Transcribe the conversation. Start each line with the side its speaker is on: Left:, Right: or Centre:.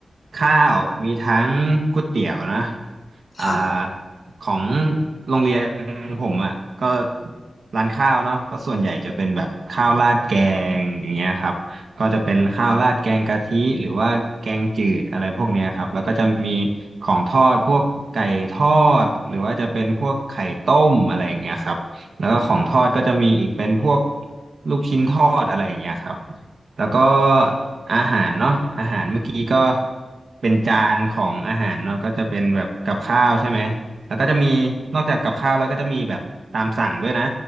Right: ข้าวมีทั้งก๋วยเตี๋ยวนะอ่า
Left: ค่ะ
Right: ของโรงเรียนผมอ่ะก็ร้านข้าวเนาะก็ส่วนใหญ่จะเป็นแบบข้าวราดแกงอย่างเงี้ยครับก็จะเป็นข้าวราดแกงกะทิหรือว่าแกงจืดอะไรพวกเนี้ยครับแล้วก็จะมีของทอดพวกไก่ทอดหรือว่าจะเป็นพวกไข่ต้มอะไรอย่างเงี้ยครับแล้วก็ของทอดก็จะมีอีกเป็นพวกลูกชิ้นทอดอะไรอย่างเงี้ยครับ แล้วก็อาหารเนาะอาหารเมื่อกี้ก็เป็นจานของอาหารเนาะก็จะเป็นแบบกับข้าวใช่ไหมแล้วก็จะมีนอกจากกับข้าวแล้วก็จะมีแบบตามสั่งด้วยนะ